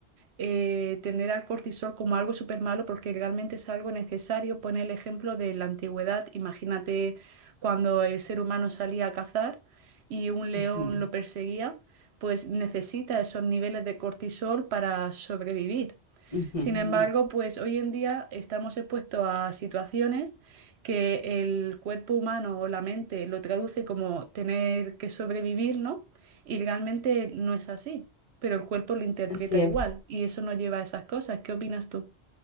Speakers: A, on the right; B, on the left.
A: eh, tener al cortisol como algo súper malo porque realmente es algo necesario. Pone el ejemplo de la antigüedad. Imagínate cuando el ser humano salía a cazar y un león
B: ujú,
A: lo perseguía, pues necesita esos niveles de cortisol para sobrevivir.
B: ujú,
A: Sin
B: ujú.
A: embargo, pues hoy en día estamos expuestos a situaciones que el cuerpo humano o la mente lo traduce como tener que sobrevivir, ¿no? Y realmente no es así, pero el cuerpo lo interpreta
B: Así es.
A: igual y eso nos lleva a esas cosas. ¿Qué opinas tú?